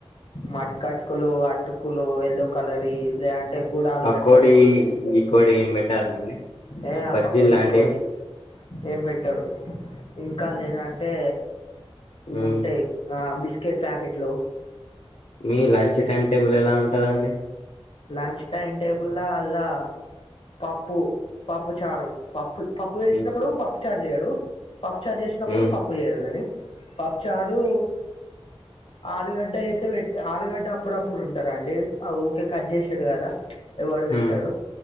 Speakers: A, on the left (about 65°); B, on the left (about 75°).
A: మట్ కటుకులు అటుకులు ఎల్లో కలర్ ఇ లేదంటే కూడాళ్
B: పకోడి
A: పెడతారు
B: గికోడి ఏం పెట్టారండి
A: ఏ
B: బజ్జీలు
A: పకోడికోడి
B: లాంటివి
A: ఏం పెట్టడు ఇంకా లేదంటే ఇవి
B: ఉమ్
A: ఉంటాయి ఆ బిస్కెట్ ప్యాకెట్లు
B: మీ లంచ్ టైమ్ టేబుల్ ఎలా ఉంటదండి
A: లంచ్ టైమ్ టేబుల్లా అలా పప్పు పప్పు చారు పప్పు పప్పు చేసినప్పుడు
B: ఉమ్
A: పప్పు చార్జ్ చేయరూ పప్పు చార్జ్ చేసినప్పుడు
B: ఉమ్
A: పప్పు చేయరు గాని పప్పు చారు ఆలుగడ్డ అయితే వెట్ ఆలుగడ్డ అప్పుడప్పుడు ఉంటారండి ఆ ఊకె కట్ చేసుడు కదా ఎవడు పెట్టడు
B: ఉమ్